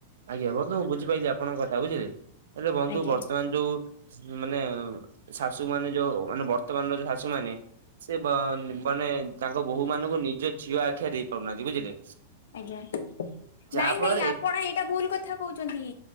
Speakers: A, on the right; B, on the left.
A: ଆଜ୍ଞା ବନ୍ଧୁ ମୁଁ ବୁଝିପାରଲିି ଆପଣଙ୍କ କଥା ବୁଝିଲେ ହେଲେ ବନ୍ଧୁ
B: ଆଜ୍ଞା।
A: ବର୍ତ୍ତମାନ ଯୋଉ ମାନେ ଶାଶୁ ମାନେ ଯୋଉ ମାନେ ବର୍ତ୍ତମାନର ଯୋଉ ଶାଶୁ ମାନେ ସେ ମ ମାନେ ତାଙ୍କ ବୋହୂ ମାନଙ୍କୁ ନିଜ ଝିଅ ଆଖିଆ ଦେଇ ପାରୁନାହାନ୍ତି ବୁଝିଲେ।
B: ଆଜ୍ଞା
A: ଯାହା
B: ନାଇଁ
A: ଫଳରେ
B: ନାଇଁ ଆପଣ ଏଇଟା ଭୁଲ କଥା କହୁଚନ୍ତି।